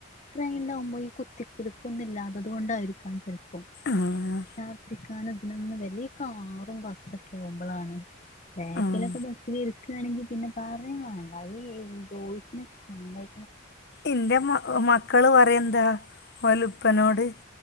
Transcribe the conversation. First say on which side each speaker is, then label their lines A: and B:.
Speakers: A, on the left; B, on the left.
A: ട്രെയിനിലാകുമ്പോ ഈ കുത്തികുലുക്കോന്നും ഇല്ലാത്തത് കൊണ്ടായിരിക്കാം ചിലപ്പോ
B: ആഹ്
A: ഛർദിക്കാനോ ഇതിനൊന്നും വരില്ല <inaudible> കാറും ബസ് ഒക്കെ പോവുമ്പഴാണ് ബാക്കിലൊക്കെ
B: ആഹ്
A: ബസ്സില് ണെങ്കിൽ പിന്നെ പറിംവേണ്ട ഈ ബോയ്സിനെക്കെ സമ്മ
B: എന്റെ മക്കള് പറയും എന്താ ഓലുപ്പനോട്